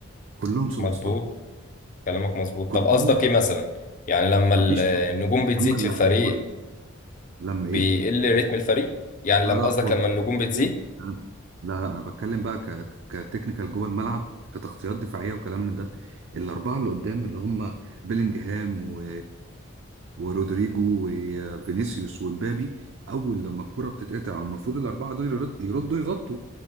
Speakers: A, on the right (about 60°); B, on the left (about 35°).
A: كلهم سوبر
B: مظبوط
A: ستار
B: كلامك مظبوط
A: كلهم
B: طب قصدك ايه مثلا يعني لما
A: مفيش
B: ال- النجوم
A: واحد
B: بتزيد
A: اما اللاعب
B: في الفريق
A: الكرة لما
B: بيقل
A: ايه
B: رتم الفريق يعني
A: لا
B: لما قصدك
A: لا خالص
B: لما النجوم بتزيد
A: بتكلم- أنا- لا لا انا بتكلم بقى ك... كتكنيكال جوه الملعب كتغطيات دفاعيه وكلام من ده الاربعه اللي قدام اللي هم بيلينجهام و... ورودريجو وفينيسيوس ومبابي اول لما الكره بتتقطع المفروض الاربعه دول يرد... يردوا يغطوا